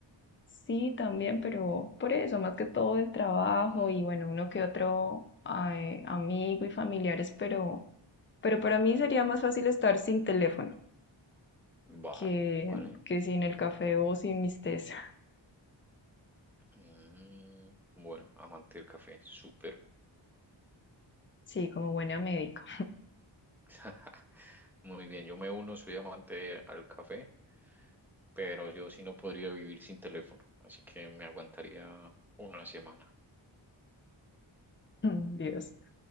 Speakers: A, on the left; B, in the centre.
A: sí también, pero por eso, más que todo el trabajo
B: Mm.
A: y bueno, uno que otro ay, amigo y familiares, pero, pero para mí sería más fácil estar sin teléfono
B: Vale,
A: que,
B: vale.
A: que sin el café o sin mis tés.
B: Mm, bueno, amante del café, súper.
A: Sí, como buena médica.
B: <laughs> Muy bien, yo me uno, soy amante al café, pero yo sí no podría vivir sin teléfono, así que me aguantaría una semana.
A: <laughs> Dios.